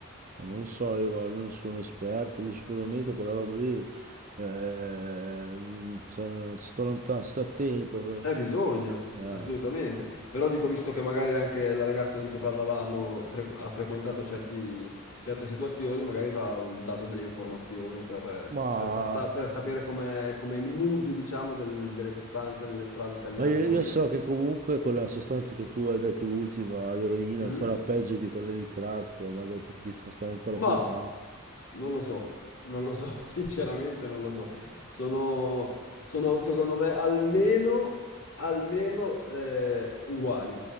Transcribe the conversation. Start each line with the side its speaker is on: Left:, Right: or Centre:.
Right: Ma Non lo so, io guarda, non sono un esperto, io sicuramente quella roba lì, eh, mm, sono- ci sto lontano, ci sto attento,
Left: Eh, bisogna,
Right: eh,
Left: assolutamente. Però dico, visto che magari anche la ragazza di cui parlavamo frequ- ha frequentato certi- certe situazioni, magari ti ha dato delle informazioni per, eh,
Right: ma,
Left: per tasta- per sapere com'è, com'è il mood, diciamo, del- delle sostanze nelle strade italiane
Right: ma io,
Left: al momento.
Right: io so che comunque quella sostanza che tu hai detto l'ultima, l'eroina,
Left: Mhm.
Right: è ancora peggio di quella del crack, che mi ha detto che ti fa stare ancora
Left: Ma
Right: più male,
Left: non lo so, non lo so, <laughs> sinceramente non lo so. Sono, sono, secondo me almeno, almeno eh, uguali.